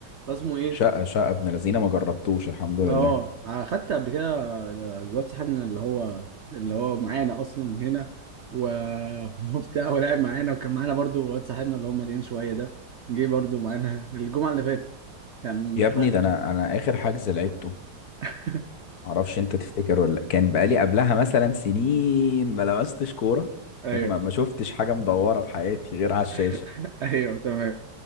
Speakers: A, on the right; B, on the left.
A: فاسمه ايه
B: شقة شقة ابن لذينه ما جربتوش الحمد لله
A: اه خدت قبل كده الواد صاحبنا اللي هو اللي هو معانا اصلا هنا و... <laughs> وبتاع ولعب معانا وكان معانا برضو واد صاحبنا اللي هو مليان شويه ده جه برضو معانا الجمعه اللي فاتت كان
B: يا ابني
A: حق
B: ده انا انا اخر حجز لعبته
A: <laughs>
B: معرفش انت تفتكر ولا لأ. كان بقالي قبلها مثلا سنين ما لمستش كورة
A: ايوه
B: فاهم ما ما شفتش حاجة مدورة في حياتي غير على الشاشة
A: <laughs> ايوه تمام